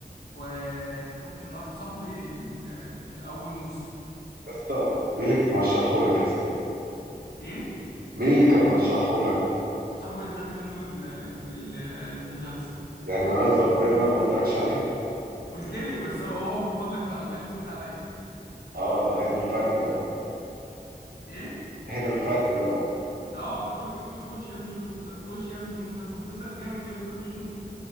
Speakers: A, on the left; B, on the right.
A: وخدت من واحد صاحبي ال- ال- اول موسم
B: يا اسطى مين اللي كان مرشحه لك يا اسطى
A: ايه
B: مين اللي كان مرشحه لك
A: صاحبي اللي خدت منه ال- ال- ال- المسلسل
B: يعني ما ربنا انا ما قلتلكش عليه
A: قلت لي بس هو هو كان فضلك كان عمال يزن عليا
B: اه ده هنا الفرق بقى
A: ايه
B: هنا الفرق بقى
A: اه كان كل يوم يقول لي خش يا ابني شوف المسلسل خش يا ابني شوف المسلسل مسلسل جامد يا ابني خش شوف